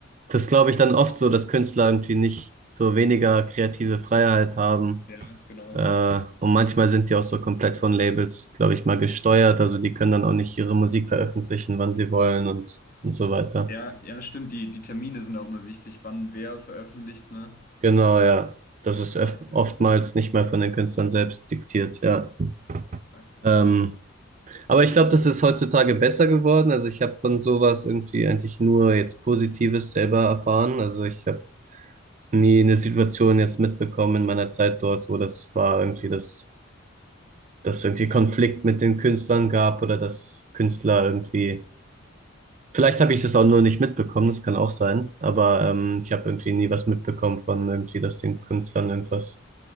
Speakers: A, on the right; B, on the left.
A: das glaube ich dann oft so, dass Künstler irgendwie nicht so weniger kreative Freiheit haben
B: ja, genau,
A: Äh,
B: genau.
A: und manchmal sind die auch so komplett von Labels, glaube ich, mal gesteuert. Also die können dann auch nicht ihre Musik veröffentlichen, wann sie wollen und, und so weiter.
B: Ja, ja, stimmt. Die, die Termine sind auch mal wichtig, wann wer veröffentlicht, ne?
A: Genau, ja. Das ist
B: Ah,
A: öf-
B: okay.
A: oftmals nicht mal von den Künstlern selbst diktiert, ja.
B: Ah, krass.
A: Ähm,
B: Ja,
A: aber ich glaube, das ist heutzutage besser geworden. Also ich habe von sowas irgendwie eigentlich nur jetzt Positives selber erfahren. Also ich habe nie eine Situation jetzt mitbekommen in meiner Zeit dort, wo das war irgendwie, dass, dass irgendwie Konflikt mit den Künstlern gab oder dass Künstler irgendwie Vielleicht habe ich das auch nur nicht mitbekommen, das kann auch sein, aber ähm, ich habe irgendwie nie was mitbekommen von irgendwie, dass den Künstlern irgendwas,